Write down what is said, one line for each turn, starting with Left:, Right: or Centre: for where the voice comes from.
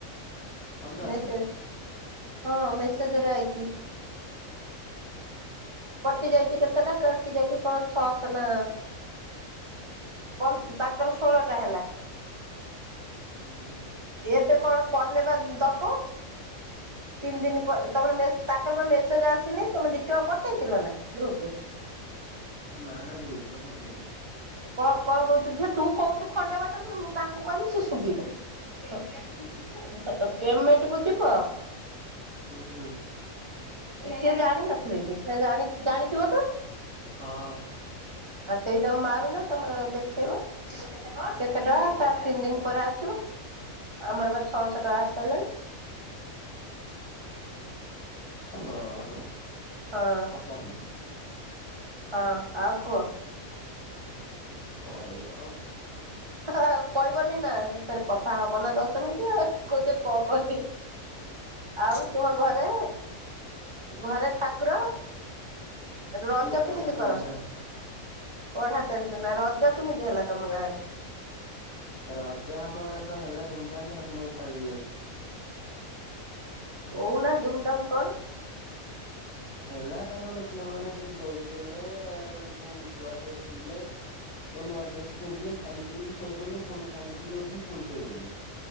Left: ପନ୍ଦରରେ।
Right: ମେସେଜ୍ ହଁ ମେସେ ସେଥେରେ ଆଇଚି। କଟି ଯାଇଛି କେତେଟା କଟି ଯାଇଛିି କଣ ଛଅଶ ନା ପନ ତାଙ୍କର ଷୋହଳ ଟା ହେଲା।
Left: ହୁଁ। ହୁଁ।
Right: ଏବେ କଣ ପନେବା ଦବୁ? ତିନି ଦିନ ପରେ ତମର ମେସେ ତାଙ୍କର ବା ମେସେଜ ଆସିନି। ତମେ ଦି ଟଙ୍କା ପଠେଇଥିଲ ନା ଗ୍ରୁପରେ?
Left: ନା ନା ଗ୍ରୁପରେ ପଠେଇନି।
Right: କଣ କଣ କହୁଛୁ ଝିଅ ତୁ କହୁଛୁ ଖଣ୍ଡେ ବାଟରେ ମୁଁ ତାଙ୍କୁ କହିବି ସିଏ ଶୁଭିବ? ପେମେଣ୍ଟ କୁ ଯିବେ, ପେମେଣ୍ଟ କୁ ଯିବ
Left: ହୁଁ ହୁଁ।
Right: ସେ ଜାଣିିନଥିବେ କି ସେ ଜାଣି ଜାଣିଥିବ ତ?
Left: ହଁ
Right: ଆଉ ସେଇଟା କୁ ମାର ତମର ଦେଖେଇବ କେତେ ଟଙ୍କା ତା ତିନି ଦିନ ପରେ ଆସିବ। ଆମର ବା ଛଅଶହ ଟଙ୍କା ଆସି ସାଇଲାଣି।
Left: ହଁ
Right: ହଁ
Left: ଆଉ କଣ?
Right: ହଁ ଆଉ କୁଅ।
Left: କହିବା ଆଉ
Right: ଆଉ କହିବନି ନା ଫେର୍ କଥା ହବ ନା ଦଶ ମିଣ୍ଟି ଆଉ କହୁଚ କଣ କହିବି? ଆଉ ତୁମ ଘରେ ଘରେ ଠାକୁର ରଜ
Left: ଖାଲି ପଢା
Right: କେମିତି
Left: ଟେନସନ।
Right: କର? ପଢାତେନ ତ ନା ରଜ କେମିତି ହେଲା ତମ ଗାଁ ରେ?
Left: ରଜ ଆମ ଗାଁରେ ତ ହେଲା ଧୁମଧାମ ହେଲେ ମୁଁ ପାଳିଲିନି।
Right: କହୁନା ଧୁମଧାମ କଣ?
Left: ହେଲା ତାଙ୍କର ଝିଅ ମାନେ ସେ ଦୋଳି ଖେଳିଲେ ଯୋଉ ଲୁଆ ଡ୍ରେସ ପିନ୍ଧିଲେ ମୁଁ ନୂଆ ଡ୍ରେସ ପିନ୍ଧିଲି ଖାଇଲି ପିିଇଲି ଶୋଇପଇଲି ପୁଣି ଖାଇଲି ପିଇଲି ଉଠିଲି ପୁଣି ଶୋଇପଇଲି।